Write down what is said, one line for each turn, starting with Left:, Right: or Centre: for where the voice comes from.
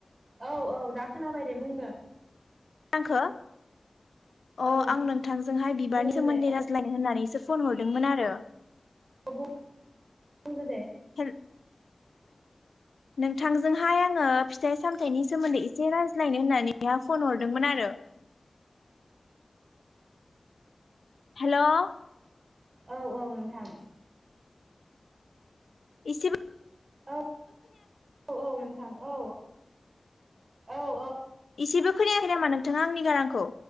Right: औ औ दा खोनाबाय दे बुंदो।
Left: आंखो। अ
Right: औ
Left: आं नोंथांजों हाय बिबारनि
Right: बुंदो
Left: सोमोन्दै
Right: दे
Left: रायज्लायनो होननानैसो फन हरदोंमोन आरो।
Right: ब बुंदो दे।
Left: हेल नोंथांजोंहाय आंङो फिथाइ सामथायाइनि सोमोन्दै एसे रायज्लायनो होननानै बेहा फन हरदोंमोन आरो। हेल'
Right: औ औ नोंथां।
Left: एसेबो
Right: औ नोंथां औ औ औ।
Left: इसेबो खोनायाखै नामा नोंथांङा आंनि गारांखौ?